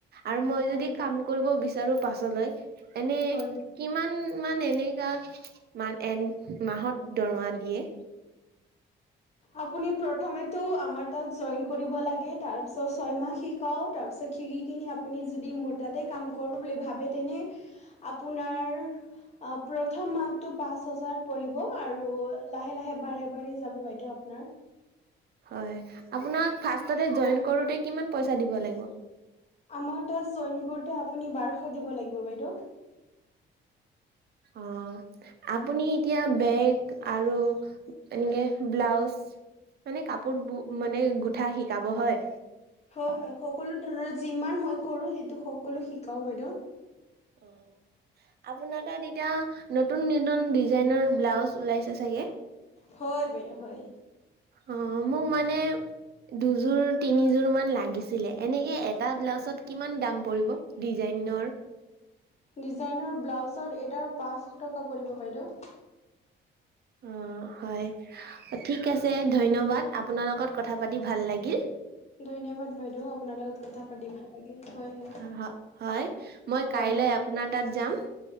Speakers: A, on the right; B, on the left.
A: আৰু মই
B: হয়
A: যদি
B: বাইদেউ
A: কাম কৰিব বিচাৰো পাছলৈ এনেই
B: হয় হয়।
A: কিমান মান এনেকা মান এন মাহত দৰমা দিয়ে? <inaudible>
B: আপুনি প্ৰথমেতো আমাৰ তাত জইন কৰিব লাগে তাৰপিছত ছয়মাহ সি শিকাওঁ তাৰপিছত শিকিকিনি আপুনি যদি মোৰ তাতে কাম কৰোঁ বুলি ভাবে তেনে আপোনাৰ অ' প্ৰথম মাহটো পাঁচ হাজাৰ পৰিব আৰু লাহে লাহে বাৰে বাৰে যাব বাইদেউ আপোনাৰ।
A: হয়। আপোনাক ফাষ্টটে জইন কৰোটে কিমান পইচাদিব লাগিব?
B: আমাৰ তাত জইন কৰোতে আপুনি বাৰশ দিব লাগিব বাইদেউ।
A: অ' আপুনি এতিয়া বেগ আৰু এনেকে ব্লাউজ মানে কাপোৰ মানে গোঠা শিকাব হয়?
B: হয়, হয়, সকলো ধৰণৰ যিমান মই কৰোঁ সেইটো সকলো শিকাও বাইদেউ।
A: অ'। আপোনাৰ তাত এতিয়া নতুন নতুন ডিজাইনৰ ব্লাউজ ওলাইছে চাগে?
B: হয় বাইদেউ হয়।
A: অ' মোক মানে দুযোৰ তিনিযোৰ মান লাগিছিলে। এনেকে এটা ব্লাউজত কিমান দাম পৰিব? ডিজাইনৰ
B: ডিজাইনৰ ব্লাউজত এটাত পাঁচশ টকা পৰিব বাইদেউ।
A: অ' হয় ঠিক আছে, ধন্যবাদ। আপোনাৰ লগত কথা পাতি ভাল লাগিল।
B: ধন্যবাদ। বাইদেউ, আপোনাৰ লগত কথা পাতি ভাল লাগিল হয়, হয়।
A: হয়, হয়, মই
B: হয়
A: কাইলৈ আপোনাৰ তাত যাম।